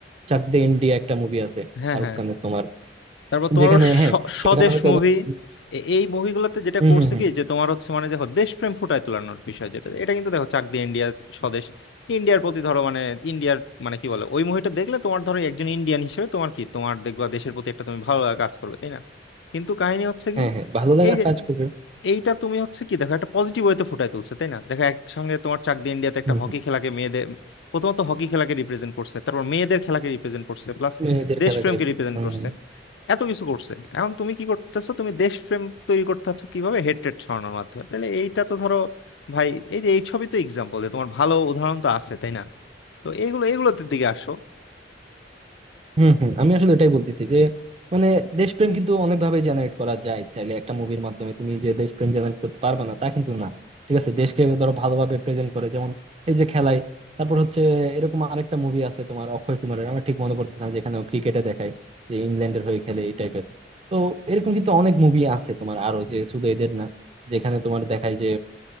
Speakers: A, on the right; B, on the left.
A: চাক দে ইন্ডিয়া একটা মুভি আছে
B: হ্যাঁ
A: শাহরুখ
B: হ্যাঁ
A: খানের তোমার
B: তারপর তোমার
A: যেখানে
B: ওর
A: হ্যাঁ
B: স- স্বদেশ
A: সেখানে হয়তো
B: মুভি
A: ওভাবে-
B: এই মুভিগুলোতে যেটা
A: হম
B: করছে
A: হম হম
B: কি যে তোমার হচ্ছে মানে দেখো দেশপ্রেম ফুটায় তোলানোর বিষয় যেটা এটা কিন্তু দেখো চাক দে ইন্ডিয়া স্বদেশ ইন্ডিয়ার প্রতি ধরো মানে ইন্ডিয়ার মানে কি বলে ওই মুভিটা দেখলে তোমার ধরো একজন ইন্ডিয়ান হিসেবে তোমার কি তোমার দেখবা দেশের প্রতি একটা তুমি ভালো লাগা কাজ করবে তাই না কিন্তু কাহিনী হচ্ছে
A: হ্যাঁ,
B: কি
A: হ্যাঁ, ভালো লাগা
B: এই যে
A: কাজ করবে।
B: এইটা তুমি হচ্ছে কি দেখো একটা পজিটিভ ওয়েতে ফুটায় তুলছে তাই না দেখো একসঙ্গে তোমার চাক দিয়ে ইন্ডিয়াতে একটা
A: হুম,
B: হকি
A: হুম।
B: খেলাকে মেয়েদের প্রথমত হকি খেলাকে রিপ্রেজেন্ট করছে তারপর মেয়েদের খেলাকে রিপ্রেজেন্ট করছে প্লাস
A: মেয়েদের
B: দেশপ্রেমকে
A: খেলাকে represent-
B: রিপ্রেজেন্ট
A: হুম,
B: করছে এত কিছু করছে এখন তুমি কি করতেছো তুমি দেশপ্রেম তৈরি করতে চাচ্ছ কিভাবে হেট্রেট ছড়ানোর মাধ্যমে তাহলে এইটা তো ধরো ভাই এই যে এই ছবি তো এক্সাম্পল তোমার ভালো উদাহরণ তো আছে তাই না তো এইগুলো এগুলোতে দিকে আসো
A: হুম, হুম। আমি আসলে এটাই বলতেছি যে মানে দেশপ্রেম কিন্তু অনেকভাবে জেনারেট করা যায় চাইলে একটা মুভির মাধ্যমে তুমি যে দেশপ্রেম জেনারেট করতে পারবে না তা কিন্তু না ঠিক আছে দেশকে ধরো ভালোভাবে প্রেজেন্ট করে যেমন এই যে খেলায় তারপর হচ্ছে এরকম আরেকটা মুভি আছে তোমার অক্ষয় কুমারের আমার ঠিক মনে পড়তেছে না যেখানে ক্রিকেটে দেখায় যে ইংল্যান্ডের হয়ে খেলে এই টাইপের তো এরকম কিন্তু অনেক মুভি আছে তোমার আরো যে শুধু এদের না যেখানে তোমার দেখায় যে